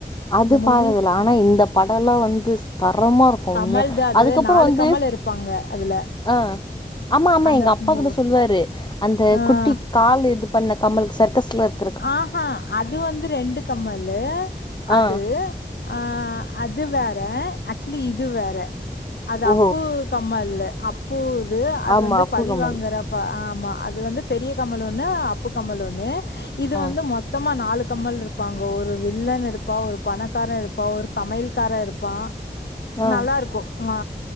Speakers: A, on the left (about 25°); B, on the left (about 90°).
A: அது
B: அந்த மூவி
A: பாத்தது இல ஆனா இந்த படோல்லா வந்து தரமா இருக்கு
B: கமல்து
A: உண்மையா
B: அது
A: அதுக்கப்புற
B: நாலு
A: வந்து
B: கமல் இருப்பாங்க அதுல
A: ஆ ஆமா ஆமா
B: அந்த
A: எங்க அப்பா
B: மூ
A: கூட சொல்லுவாரு அந்த
B: ஆ
A: குட்டி கால் இது பண்ண கமலு சர்க்கஸ்ல இரு
B: ஆஹா அது வந்து ரெண்டு கம்மலு அது
A: ஆ
B: ஆ அது வேற ஆக்சுவலி இது வேற அது
A: ஓ
B: அப்பு கம்மல்லு அப்புது அது
A: ஆமா
B: வந்து
A: அப்பு
B: பழி
A: கமல்
B: வாங்கிற ஆ ஆமா அது வந்து பெரிய கமல் ஒன்னு அப்பு கம்மல் ஒன்னு இது
A: ஆ
B: வந்து மொத்தமா நாலு கமல் இருப்பாங்கோ ஒரு வில்லன் இருப்பான் ஒரு பணக்காரன் இருப்பான் ஒரு சமையல்காரே இருப்பான்
A: ஆ
B: நல்லா இருக்கும் ஆ